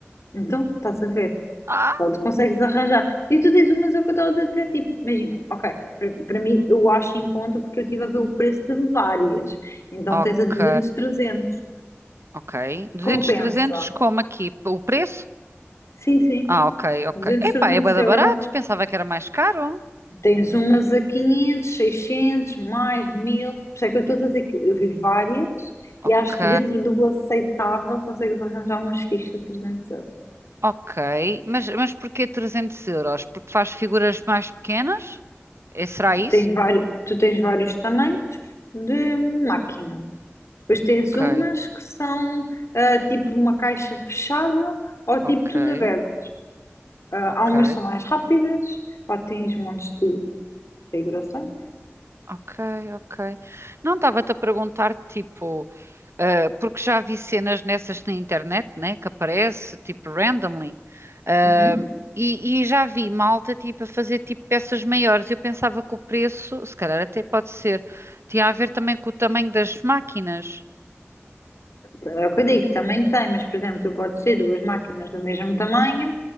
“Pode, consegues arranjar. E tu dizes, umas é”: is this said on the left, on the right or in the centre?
Left